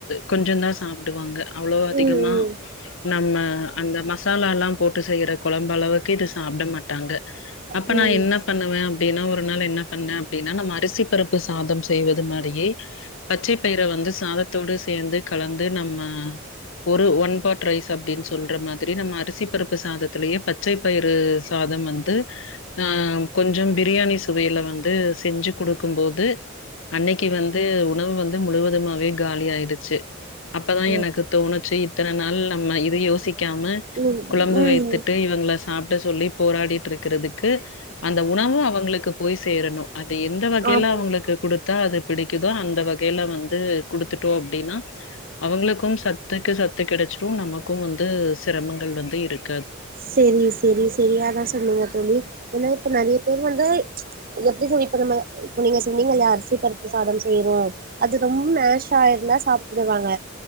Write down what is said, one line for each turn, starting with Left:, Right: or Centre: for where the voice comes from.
Left: கொஞ்சோதா சாப்பிடுவாங்க அவ்ளோ அதிகமா
Right: ம் ம்
Left: நம்ம அந்த மசா லால்லா போட்டு செய்யற கொலம்பு அளவுக்கு இது சாப்பட மாட்டாங்க அப்ப
Right: ம்
Left: நான் என்ன
Right: ம்
Left: பண்ணுவ அப்டின்னா ஒரு நாள் என்ன பண்ணன் அப்டீன்னா நம்ம அரிசி பருப்பு சாதம் செய்வது மாரியே பச்சை பயிர வந்து சாதத் த்தோடு சேந்து கலந்து நம்ம ஒரு ஒன் பாட் ரைஸ் அப்டின்னு சொல்ற மாரி நம்ம அரிசி பருப்பு சாதத்திலயே பச்சை பயிறு சாதம் வந்து ஆ கொஞ்சம் பிரியாணி சுவையில வந்து செஞ்சு குடுக்கும் போது அன்னைக்கி வந்து உணவு வந்து முலுவதுமாவே காலியாடுச்சு அப்பதா
Right: ம்
Left: எனக்கு தோணுச்சு இத்தன நாள் நம்ம இது யோசி க்காம
Right: ம் ம்
Left: குலம்பு வைத்துட்டு
Right: ம்
Left: இவுங்கள சாப்பட சொல்லி போராடிட்டு இருக்கிறதுக்கு அந்த உணவும் அவுங்களுக்கு போய் சேரணு அது எந்த வகையில
Right: ஆமா
Left: அவங்களுக்கு குடுத்தா அது பிடிக்குதோ அந்த வகையில வந் து குடுத்துட்டோ அப்டின்னா அவுங்களுக்கும் சத்துக்கு சத்து கெடச்சி ரும் நமக்கும் வந்து சிரமங்கள் வந்து இருக்
Right: செரி செரி செரி அதா சொன்னீங்க தோழி ஏன்னா இப்ப நெறிய பேர் வந்து எப்டி சொல்லி அப்புறம இப்ப நீங்க சொன்னீங்கல்லா அர்ஸ் சி பருப்பு சாதம் செய்யறோம் அது ரொம்ப மேஷா ஆயிருந்தா சாப்புடுவாங்க